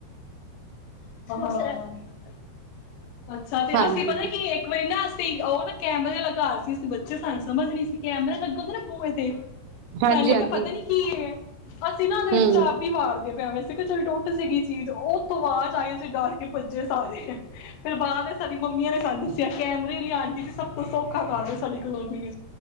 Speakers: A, on the left; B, on the right.
A: ਹਾਂ। ਅੱਛਾ ਤੇ
B: ਹਾਂਜੀ
A: ਅਸੀਂ ਪਤਾ ਕੀ ਇੱਕ ਵਾਰੀ ਨਾ ਅਸੀਂ ਉਹ ਨਾ ਕੈਮਰੇ ਆਲਾ ਘਰ ਸੀ ਅਸੀਂ ਬੱਚੇ ਸਾਨੂੰ ਸਮਝ ਨਹੀਂ ਸੀ। ਕੈਮਰੇ ਲੱਗੇ ਹੁੰਦੇ ਨਾ ਬੂਹੇ ਤੇ
B: ਹਾਂਜੀ
A: ਸਾਨੂੰ ਲੱਗਿਆ
B: ਹਾਂਜੀ
A: ਪਤਾ ਨੀ ਕੀ ਇਹ ਹੈ ਅਸੀਂ ਨਾ ਉਹਦੇ
B: ਹਮ
A: ਵਿੱਚ ਚਾਬੀ ਵਾਰ ਪਿਆਵੇਂ ਸੀਗਾ ਚੱਲ ਟੁੱਟ ਜਾਏਗੀ ਚੀਜ਼ ਉਸ ਤੋਂ ਬਾਅਦ ਤਾਈਂ ਓ ਅਸੀਂ ਡਰ ਕੇ ਭੱਜੇ ਸਾਰੇ ਬਾਹ ਨੇ ਸਾਡੀ ਮੰਮੀਆਂ ੈਂ ਸਾਨੂੰ ਦੱਸਿਆ ਕੈਮਰੇ ਲਈ ਆਂਟੀ ਸੀੀ ਸਭ ਤੋਂ ਸੌਖਾ ਕਾਰਜ ਹੋ ਸਾਡੀ ਕਲੋਮੀ